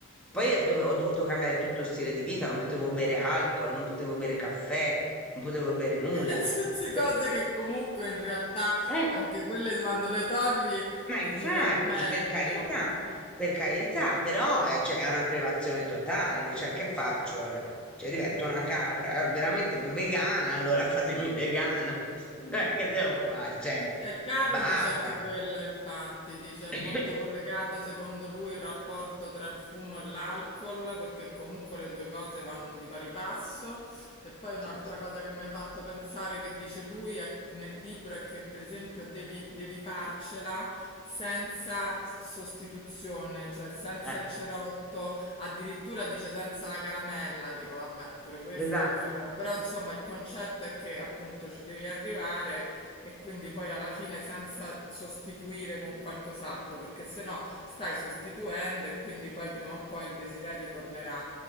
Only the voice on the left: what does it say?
Sì.
<laughs> Tutte
cose che comunque in realtà
anche quelle quando le togli
ti dicono è meglio.
Eh,
sì.
Eh, E Carr
dice anche quello, infatti, dice è
molto collegato secondo lui il rapporto tra il fumo e l'alcol, perché comunque le due cose vanno di pari passo. E poi un'altra
cosa che mi hai fatto pensare che dice lui è- nel libro è che per esempio devi, devi farcela senza sostituzione, cioè senza
il cerotto, addirittura dice senza la caramella, dico vabbè, pure questo
mi sembra, però insomma il concetto è che appunto ci devi arrivare e quindi poi alla fine senza sostituire con qualcos'altro, perché se no stai sostituendo e quindi poi prima o poi il desiderio tornerà.